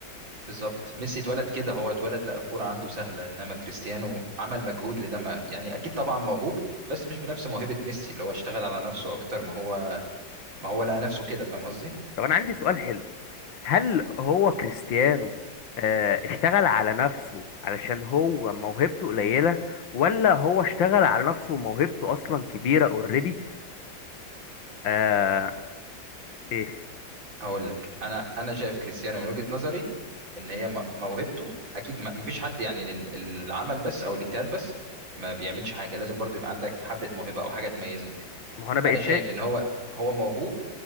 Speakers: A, on the right; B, on the left.
A: بالظبط ميسي اتولد كده هو اتولد لقى الكوره عنده سهله انما كريستيانو عمل مجهود لده ما يعني اكيد طبعا موهوب بس مش بنفس موهبه ميسي اللي هو اشتغل على نفسه اكتر ما هو ما هو لقى نفسه كده فاهم قصدي
B: طب انا عندي سؤال حلو هل هو كريستيانو آه، اشتغل على نفسه علشان هو موهبته قليلة ولا هو اشتغل على نفسه وموهبته اصلا كبيرة اوريدي آه ايه
A: هقول لك انا انا شايف كريستيانو من وجهة نظري ان هي م- موهبته اكيد ما مفيش حد يعني لل- العمل بس او الاجتهاد بس ما بيعملش حاجه لازم برضو يبقى عندك حبه موهبه او حاجه تميزك
B: ما هو انا بقيت
A: فانا شايف
B: شايف
A: ان هو هو موهوب